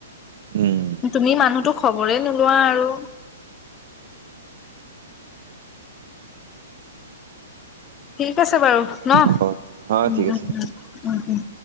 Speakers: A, on the right; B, on the left.
A: উম
B: তুমি মানুহটো খবৰে নোলোৱা আৰু। ঠিক আছে বাৰু ন?
A: অ' অ'
B: উম
A: ঠিক
B: উম
A: আছে
B: উম। উম উম।